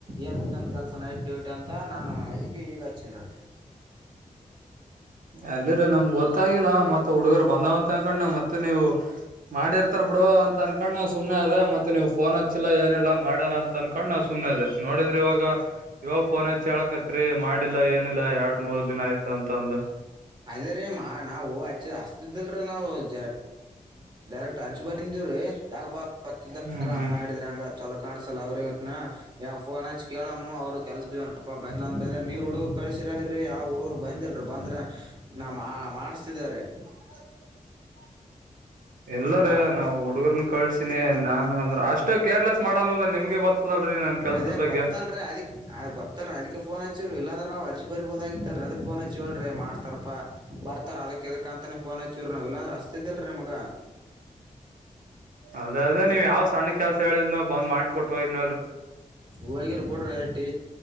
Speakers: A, on the right (about 30°); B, on the right (about 80°).
A: ಏನ್ನ್ ಕೆಲ್ಸನ್ ನೈಟ್ ಡ್ಯೂಟಿ ಅಂತ ನಾನು ಅದಿಕೆ ಈಗ ಹಚ್ಚನ್ರಿ.
B: ಅಲ್ಲೇರಿ ನಮ್ಗ್ ಗೊತ್ತಾಗಿಲ್ಲ ಮತ್ ಹುಡುಗರು ಬಂದವಂತ ಹಕೊಂಡ್ ನನ್ ಮತ್ತೆ ನೀವು ಮಾಡಿರ್ತಾರ ಬಿಡ್ ಬಿಡು ಅಂತ ಅನ್ಕೊಂಡ್ ನಾನ್ ಸುಮ್ನೆ ಅದೇ ಮತ್ತೆ ನೀವ್ ಫೋನ್ ಹಚ್ಚಿಲ್ಲ ಏನಿಲ್ಲ ಮಡರೆ ಅನ್ಕೊಂಡ ನಾನ್ ಸುಮ್ಮನೆ ಅದೇ ನೋದಿದ್ರೆ. ಆದ್ರೆ ಇವಾಗ ಇವಾಗ ಫೋನ್ ಹಚ್ಚಿ ಹೇಳಕತ್ರಿ ಮಾಡಿಲ್ಲಾ ಏನಿಲ್ಲ ಎರಡ್ ಮೂರ್ ದಿನ ಆಯ್ತು ಅಂತ ಅಂದು.
A: ಅದೇ ರೀ ಮಾ ನಾವು ಹಚ್ಚಿದ ಹಚ್ತಿದಿಳ್ರಿ ನಾವು ಜ ಡೈರೆಕ್ಟ್ರ್ ಅರ್ಜಿ ಬಂದಿವ್ರಿ ಯಾಕಪ್ಪ ಹೊತ್ತಿದರ
B: ಹ್ಮ್
A: ಹಂಗ್
B: ಹ್ಮ್
A: ಮಾಡಿದ್ರ ಯಂಗ ಚೊಲೋ ಕಾಣ್ಸಲ್. ಅವ್ರಗ ಫೋನ್ ಹಚ್ ಕೇಳಮೂ ಅವ್ರು ಕೆಲಸದ್ದು ಪಾಪ ಬಂದಿಲಾ ಅಂತಂದ್ರೆ ನೀ ಹುಡುಗುರ್ ಕಳ್ಸಿರು ಅಂದಿರು. ರಿ ಯಾವ ಹುಡುಗರು ಬಂದಲ್ರಿ ಬಂದ್ರ ನಾವ್ ಮಡುಸ್ತಿದೆ ರೀ.
B: <inaudible> ಇಲ್ಲಾರೀ
A: ಯಾರು
B: ನಾವು
A: ಬ
B: ಹುಡುಗುರ್ನ ಕಳ್ಸಿನಿ ನಾನ್ ಅಂದ್ರ ಅಷ್ ಅಷ್ಟು ಕೇರ್ಲೆಸ್ ಮಾಡಲ್ಲಲ್ಲ ನಿಮ್ಗೆ ಗೊತ್ತದಲ್ರಿ ನನ್ ಕೆಲ್ಸದ
A: ಅದೇ
B: ಬಗ್ಗೆ.
A: ಗೊತ್ತಲ್ರಿ ಅದಕ್ ಗೊತ್ತಲ್ರಿ ಅದಕ್ಕೆ ಫೋನ್ ಹಚ್ಚಿವ್ರಿ ಇಲ್ಲಾಂದ್ರ ನಾವ್ ಅರ್ಜಿ ಬರೀಬೋದಗಿತ್ ಅಲ್ರಿ ಅದಕ್ ಫೋನ್ ಹಚ್ಚಿವಲ್ರಿ ಮಾಡ್ತಾರಪ್ಪಾ. ಬರ್ತಾರ ಅದಕ್ ಇದಕ್ ಅಂತಾನೇ ಫೋನ್ ಹಚ್ಚಿವ್ರಿ ನಾವು ಇಲ್ಲಾಂದ್ರ ಹಚ್ತಿದ್ ಇಲ್ರಿ ನಿಮುಗ.
B: ಅದೇ ಅದೇ ನೀವು ಯಾವ್ ಸಣ್ಣ ಕೆಲಸ ಹೇಳಿದ್ರು ನವು ಬಂದ್ ಮಾಡಿಕೊಟ್ ಹೋಗಿನ್
A: ಹೋಗಿರ್ ಬುಡ್ರಿ. <unintelligible> ಟಿ